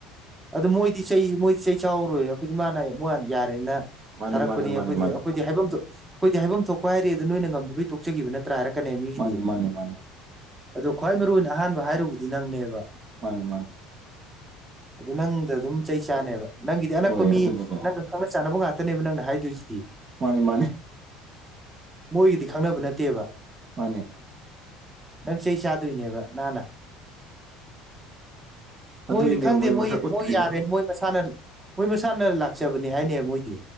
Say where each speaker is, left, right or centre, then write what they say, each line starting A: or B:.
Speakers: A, on the right; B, on the right.
A: ꯑꯗꯨ ꯃꯣꯏꯗꯤ ꯆꯩ ꯃꯣꯏꯗꯤ ꯆꯩ ꯆꯥꯎꯔꯣꯏ ꯑꯩꯈꯣꯏꯗꯤ ꯃꯥꯅ ꯃ ꯌꯥꯔꯦꯅ
B: ꯃꯥꯅꯤ
A: ꯊꯥꯔꯛꯄꯅꯤ
B: ꯃꯥꯅꯤ ꯃꯥꯅꯤ
A: ꯑꯩꯈꯣꯏꯗꯤ
B: ꯃꯥꯅꯤ
A: ꯑꯩꯈꯣꯏ ꯍꯥꯏꯐꯝ ꯊꯣꯛ ꯑꯩꯈꯣꯏꯗꯤ ꯍꯥꯏꯐꯝ ꯊꯣꯛꯄ ꯍꯥꯏꯔꯦ ꯑꯗꯨ ꯅꯣꯏꯅ ꯉꯝꯗꯕꯒꯤ ꯇꯣꯛꯆꯈꯤꯕ ꯅꯠꯇ ꯇ꯭ꯔꯥ ꯍꯥꯏꯔꯛꯀꯅꯦ ꯃꯤꯒꯤꯗꯤ
B: ꯃꯥꯅꯤ ꯃꯥꯅꯤ ꯃꯥꯅꯤ
A: ꯑꯗꯣ ꯈ꯭ꯋꯥꯏ ꯃꯔꯨ ꯑꯣꯏꯅ ꯑꯍꯥꯟꯕ ꯍꯥꯏꯔꯨꯕꯗꯤ ꯅꯪꯅꯦꯕ
B: ꯃꯥꯅꯦ ꯃꯥꯅꯦ
A: ꯅꯪꯗ ꯑꯗꯨꯝ ꯆꯩ ꯆꯥꯅꯦꯕ ꯅꯪꯒꯤꯗꯤ ꯑꯅꯛꯄ
B: ꯍꯣꯏ
A: ꯃꯤ
B: ꯑꯗꯨꯅꯤꯗ
A: ꯅꯪꯒ ꯈꯪꯅ ꯆꯥꯟꯅꯕ ꯉꯥꯛꯇꯅꯦꯕ ꯅꯪꯅ ꯍꯥꯏꯗꯣꯏꯁꯤꯗꯤ
B: ꯃꯥꯅꯦ ꯃꯥꯅꯦ
A: ꯃꯣꯏꯒꯤꯗꯤ ꯈꯪꯅꯕ ꯅꯠꯇꯦꯕ
B: ꯃꯥꯅꯦ
A: ꯅꯪ ꯆꯩ ꯆꯥꯗꯣꯏꯅꯦꯕ ꯃꯅꯥ
B: ꯑꯗꯨꯏꯅꯦꯕ
A: ꯃꯣꯏꯗꯤ ꯈꯪꯗꯦ ꯃꯣꯏ
B: ꯃꯁꯛ ꯎꯠꯇ꯭ꯔꯤꯗꯣ
A: ꯃꯣꯏ ꯌꯥꯔꯦ ꯃꯣꯏ ꯃꯁꯥꯅ ꯃꯣꯏ ꯃꯁꯥꯅ ꯂꯥꯛꯆꯕꯅꯤ ꯍꯥꯏꯅꯦ ꯃꯣꯏꯗꯤ